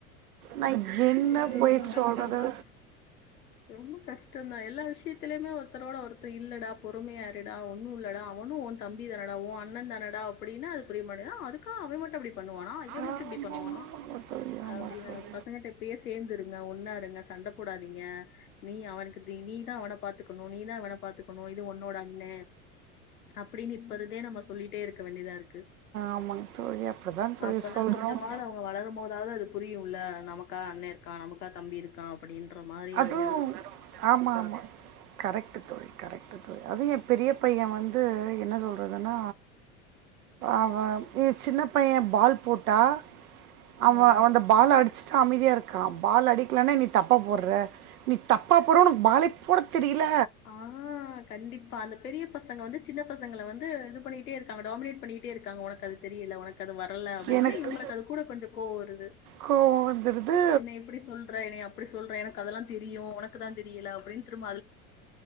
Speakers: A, on the right; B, on the left.
A: ந இப் என்ன
B: ஐயோ
A: போயிட்
B: ரொம்ப கஷ்டம்தான்
A: சொல்றது
B: ரொம்ப கஷ்டந்தா எல்லா விஷயத்திலயுமே ஒருத்தரோட ஒருத்தர் இல்லடா பொறுமையாறிடா ஒன்னு இல்லடா அவனு உன் தம்பி தானடா உன் அண்ணன் தானடா அப்டின்னு அது புரிய மாட்டேதா அதுக்காக அவன் மட்டும் அப்டி பண்ணுவானா இத
A: ஆமாம்
B: மட்டு இப்படி பண்ணுவானா
A: ஆமாம் தோழி ஆமாம்
B: அப்டின்னு
A: தோழி
B: பசங்கிட்ட இ ப்படியே சேர்ந்து இருங்க ஒன்னா இருங்க சண்டை போடாதீங்க நீ அவனுக்கு தீனிப் நீதா அவன பாத்துக்கணு நீ தா அவன பாத்துக்கணு இது உன்னோட அண்ண அப்டின்னு இப்பறதே நம்ம சொல்லிட்டே இருக்க வேண்டியதா இருக்கு
A: ஆமாங்க தோழி அப்படிதான் தோழி
B: அப்பதா
A: சொல்றோம்
B: கொஞ்சமாவது அவங்க வளரும் போதாவது அது புரியுல நமக்கா அண்ணே இருக்கா நமக்கா தம்பி இருக்கா அப்படினு ன்ற மாரி அந்
A: ஆமா ஆமா கரெக்ட் தோழி கரெக்ட்டு தோழி அது பெரிய பைய வந்து என்ன சொல்றதுன அவ சின்ன பைய பால் போட்டா அவ
B: ம்
A: அந்த பால் அடிச்சுட்டு அமைதியா இரு கா பால் அடிக்கலனா இனி தப்பா போர்ற நீ தப்பா போறவனுக்கு பாலே போட தெரியல
B: ஆ கண்டிப்பா பா அந்த பெரிய பசங்க வந்து சின்ன பசங்கள வந்து இது பண்ணிட்டே இருக்காங்க டாமினேட் பண்ணிட்டு டே இருக்காங்க உனக்கு அது தெரியில உனக்கு அது வரல அப்படின்ன
A: எனக்கு
B: ஒனே இவுங்களுக்கு அது கூட கொஞ்சோ கோவ வருது
A: கோவம் வந்துடுது
B: என்ன எப்டி சொல்ற எனைய அப்படி சொல்றே எனக்கு அதெல்லா தெரியு உனக்கு தா தெரியில அப்டின் திரு